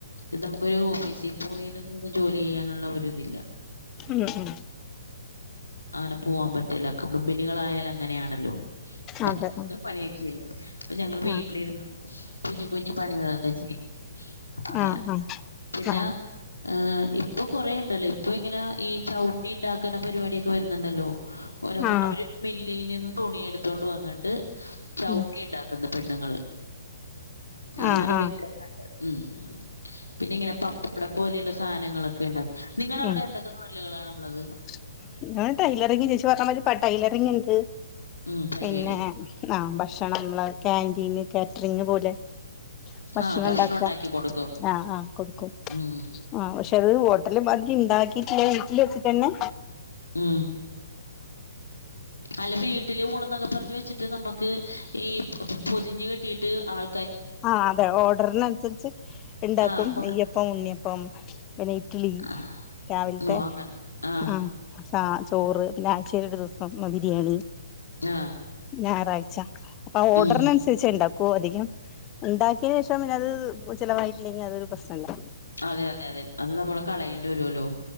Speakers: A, on the left; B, on the left.
A: ഇതമ്മ്ക്കൊരു ഓഫീസി പോയിരുന്ന് ജോല്യിയാനുള്ള ഒരു ഇതില്ല <inaudible>
B: ഉം ഉം
A: അങ്ങന പോവാൻ പറ്റ് പിന്ന കുടുംബിനികളായാൽ അങ്ങനെയാണല്ലോ <unintelligible>
B: അതെ ആ
A: അപ്പൊ ഞങ്ങള് വീട്ടിലിരുന്ന്
B: ആ
A: കുഞ്ഞു കുഞ്ഞു പണികളൊക്കെ ചെയ്യും അപ്പ അങ്ങനെ
B: ആ
A: പിന്ന
B: ആ
A: ഏഹ് ഇപ്പൊ കൊറേണ്ടല്ലോ ഇപ്പൊ ഇങ്ങനെ ഈ ചവുട്ടിണ്ടാക്കാന പരിപാടിയെക്കെ വരുന്നുണ്ടല്ലോ ഓനകോ
B: ആ
A: അവര് മില്ലിൽ നിന്നും തുണി എടുത്തോണ്ട് വന്നിട്ട് ചവുട്ടിയെണ്ടാക്കും
B: ഉം
A: ക്കുന്ന പെണ്ണുങ്ങള് ഞാൻ
B: ആ
A: അങ്ങനെ
B: ആ
A: വിക്കുന്നെ എ മ്മ് പിന്നെ ഇങ്ങനെ പപ്പടം പോലെയുള്ള സാനങ്ങളൊക്കെണ്ടാ നിങ്ങടെ അവിടെ
B: ഉം
A: എന്തൊക്കെ തോഴിലുകളാണുള്ളത്
B: <unintelligible> ടൈലറിങ് ചേച്ചി <unintelligible> ടൈലറിങിണ്ട്
A: ഉം തയ്യല്.
B: പിന്നെ ആഹ് ഭക്ഷണങ്ങള് കാന്റീന് കാറ്റ്റിങ് പോലെ ഭക്ഷണം
A: ആ
B: ഇണ്ടാക്ക
A: ഉണ്ടാക്കി കൊടുക്കും.
B: ആഹ് ആഹ് കൊടുക്കും
A: ഉം.
B: ആഹ് പക്ഷെ അത് ഹോട്ടല് ബാക്കി ഇണ്ടാക്കിട്ടില്ല വീട്ടിൽ എത്തിച്ചന്നെ
A: മ്മ് അല്ല വീട്ടില് ഊണ്ന്നൊക്കെ പറഞ്ഞ് വെച്ചിട്ട് നമ്മ്ക്ക് ഈ പൊ പൊ പൊതിഞ്ഞ് കെട്ടിയിട്ട് ആൾ
B: ആഹ് അതെ ഓഡറിനനുസരിച്ച് എണ്ടാക്കും
A: ആ കൊണ്ട്
B: നെയ്യപ്പം ഉണ്ണിയപ്പം പിന്നെ ഇ ഡ്ലി
A: ആ,
B: രാവിൽത്തെ
A: ഓ അങ്ങനെ. ആ.
B: ആഹ് സ ചോറ് പിന്നെ ആഴ്ചയിൽ ഒരു ദിവ്സം ബിരിയാണി
A: ആ.
B: ഞായറാഴ്ച അപ്പൊ ഓർഡറിനനുസരിച്ച്
A: ഉം.
B: എണ്ടാക്കുവോ അധികം ഉണ്ടാക്കിയന് ശേഷം പിന്നത് ചിലവായിട്ടില്ലെങ്കിൽ അതൊരു പ്രശ്നലെ
A: അതെ അതെ അതെ അത് നമ്മള് കളയേണ്ടി വരോല്ലോ